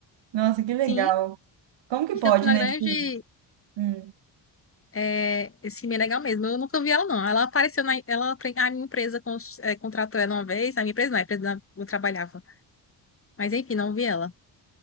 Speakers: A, on the right; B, on the left.
A: Nossa, que legal.
B: Sim,
A: Como que
B: em
A: pode,
B: Campina
A: né?
B: Grande
A: Tipo, hum,
B: é esse filme é legal mesmo. Eu nunca vi ela, não. Ela apareceu na. Ela, a minha empresa cons- eh, contratou ela uma vez, a minha empresa não, a empresa da- eu trabalhava. Mas enfim, não vi ela.